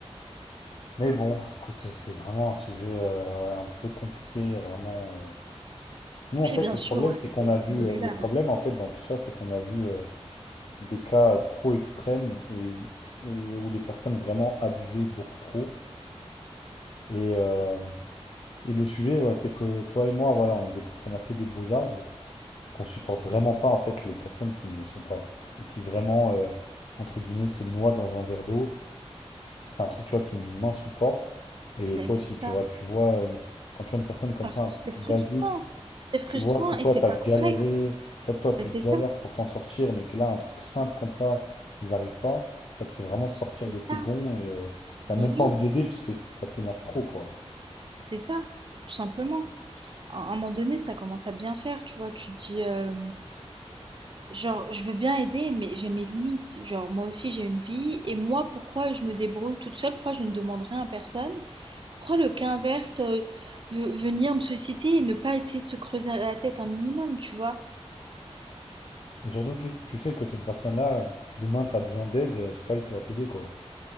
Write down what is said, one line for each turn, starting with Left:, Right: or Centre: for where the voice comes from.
Left: Mais bon, écoute, c'est vraiment un sujet euh, ouais, un peu compliqué, il y a vraiment. euh, Nous,
Right: Après,
Left: en fait,
Right: bien
Left: le
Right: sûr,
Left: problème,
Right: ouais,
Left: c'est qu'on
Right: c'est
Left: a
Right: c'est
Left: vu,
Right: modulable.
Left: euh, le problème, en fait, dans tout ça, c'est qu'on a vu. euh, des cas trop extrêmes et, et où les personnes vraiment abusaient beaucoup trop. Et, euh, et le sujet, ouais, c'est que toi et moi, voilà, on est des personnes assez débrouillardes et qu'on supporte vraiment pas en fait les personnes qui ne le sont pas et qui vraiment, euh, entre guillemets, se noient dans un verre d'eau. C'est un truc, tu vois, qui m'insupporte. Et
Right: Ouais,
Left: toi
Right: c'est
Left: aussi,
Right: ça,
Left: tu vois, tu vois, euh, quand tu vois une personne comme
Right: parce
Left: ça,
Right: que
Left: un truc
Right: c'est frustrant,
Left: basique.
Right: c'est frustrant
Left: Tu vois que toi,
Right: et c'est
Left: tu
Right: pas
Left: as galéré,
Right: correct.
Left: tu vois que toi, tu
Right: Mais c'est
Left: galères
Right: ça,
Left: pour t'en sortir, mais que là, un truc simple comme ça, ils n'arrivent pas, ça te fait vraiment sortir
Right: c'est
Left: de tes
Right: ça.
Left: gonds et euh,
Right: C'est-
Left: t'as
Right: Mais
Left: même
Right: oui,
Left: pas envie d'aider parce que ça t'énerve trop, quoi.
Right: c'est ça, tout simplement. à un moment donné, ça commence à bien faire, tu vois. Tu te dis, euh, genre, je veux bien aider, mais j'ai mes limites. Genre, moi aussi, j'ai une vie. Et moi, pourquoi je me débrouille toute seule? Pourquoi je ne demande rien à personne? Pourquoi le cas inverse, euh, ve- venir me solliciter et ne pas essayer de se creuser la tête un minimum, tu vois?
Left: Et surtout, tu, tu sais que cette personne-là, si demain t'as besoin d'aide, euh, c'est pas elle qui va t'aider, quoi.